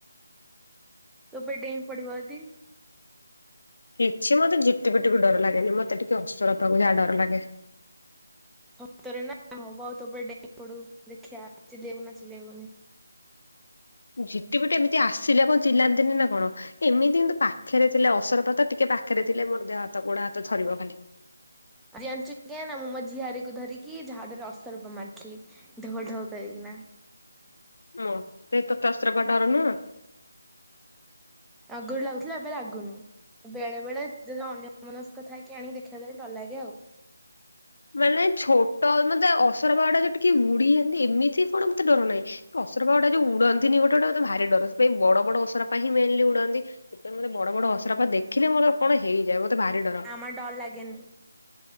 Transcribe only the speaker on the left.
କିଛି ମତେ ଝିଟି ପିଟିକୁ ଡର ଲାଗେନି, ମତେ ଟିକେ ଅସୁର ପାଖକୁ ଯାହା ଡର ଲାଗେ।
ଝିଟି ପିଟି ଏମିତି ଆସିଲା କଣ ଚିଲାନ୍ତିନି ନା କଣ? ଏମିତି କିନ୍ତୁ ପାଖରେ ଥିଲେ, ଅସରପାତ ଟିକେ ପାଖରେ ଥିଲେ, ମୋର ଦେହ ହାତ ଗୋଡ ହାତ ଥିବ ଖାଲି।
ମତେ ତତେ ଅସରପା ଡରନୁହଁ?
ମାନେ ଛୋଟ ମତେ ଅସର ପା ଯଉ ଟିକେ ବୁଡି ଯାନ୍ତି ଏମିତି କଣ ମତେ ଡର ନାହିଁ। ଅସରପା ଗୁଡା ଯୋଉ ଉଡନ୍ତିନି ଗୋଟେ ଗୋଟେମତେ ଭାରି ଡର, ସେଥିପାଇଁ ବଡ ବଡ ଅସରାପ ହଁ ମେନଲି ଉଡନ୍ତି। ସେଥିପାଇ ମତେ ବଡ ବଡ ଅସରପା ଦେଖିଲେ ମୋର କଣ ହେଇଯାଏ, ମତେ ଭାରି ଡର।